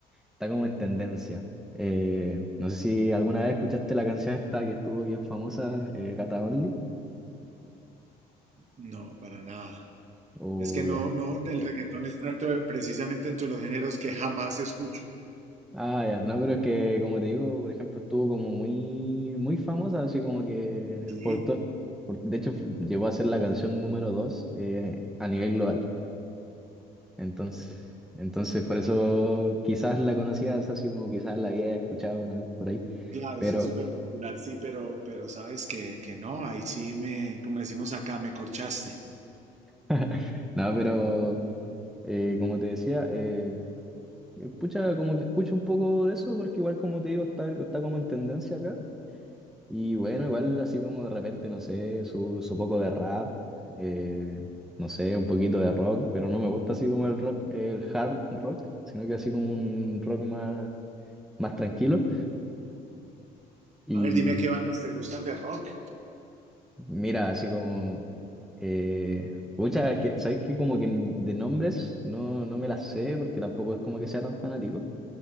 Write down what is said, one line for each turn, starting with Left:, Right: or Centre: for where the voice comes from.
Centre: está como en tendencia. Eh, no sé si alguna vez escuchaste la canción esta que estuvo bien famosa, eh, Gata Only,
Right: No, para nada.
Centre: o
Right: Es que no,
Centre: ya.
Right: no, el reggaetón está dentro de- precisamente entre los géneros que jamás escucho.
Centre: Ah, ya, no, pero es que, como te digo, por ejemplo, estuvo como muy, muy famosa, así como que,
Right: Sí,
Centre: por to- por- de hecho, fu- llegó a ser la canción número dos eh, a nivel global. Entonces, entonces, por eso quizás la conocías, así como quizás la había escuchado ¿no? por ahí,
Right: Claro,
Centre: pero,
Right: sí es súper popular, sí, pero, pero sabes que, que no, ahí sí me, como decimos acá, me corchaste.
Centre: <laughs> no, pero, eh, como te decía, eh, eh, pucha, como que escucho un poco de eso, porque igual, como te digo, está, está como en tendencia acá. Y bueno, igual así como de repente, no sé, su, su poco de rap, eh, no sé, un poquito de rock, pero no me gusta así como el rock, el hard rock, sino que así como un rock más, más tranquilo. Y
Right: A ver, dime qué bandas te gustan de rock.
Centre: mira, así como, eh, pucha, es que, ¿sabes qué? Como que de nombres no, no me las sé porque tampoco es como que sea tan fanático,